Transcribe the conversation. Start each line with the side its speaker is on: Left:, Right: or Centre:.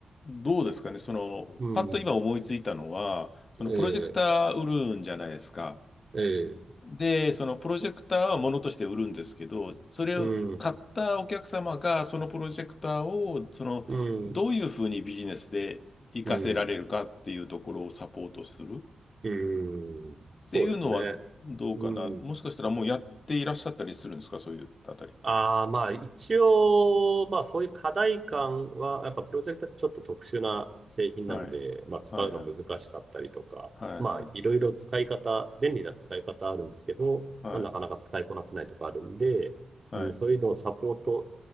Left: どうですかね。その、
Right: うん。
Left: パッと今思いついたのは、そのプロジェクター売るんじゃないですか。
Right: ええ、ええ、
Left: で、そのプロジェクターはものとして売るんですけど、それを買ったお客様が、
Right: うん。
Left: そのプロジェクターを、その、
Right: うん。
Left: どういうふうにビジネスで活かせられるかっていうところをサポートするっ
Right: うん。うん。そうですね。
Left: ていうのはどうかな。
Right: うん。
Left: もしかしたらもうやっていらっしゃったりするんですかそういうあたりっていうの
Right: ああ、まあ一応、まあそういう課題感は、やっぱプロジェクターってちょっと特殊な製品なんで、
Left: は。はい。
Right: まあ使うの難しかったりとか、
Left: はいはい。はいはい。
Right: まあいろいろ使い方、便利な使い方あるんですけど、
Left: はい。
Right: まあなかなか使いこなせないとかあるんで、
Left: はい。
Right: うん、そういうのをサポート